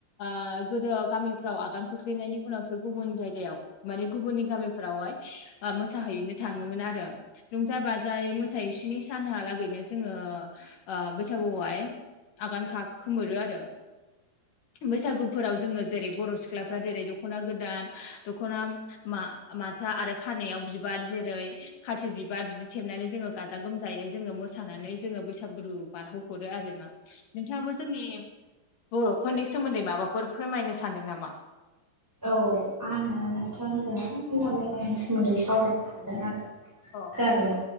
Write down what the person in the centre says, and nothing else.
औ आङो नोंथांजों हान्था मेलानि सोमोन्दै सावरायनो सानदों आरो।
जादों,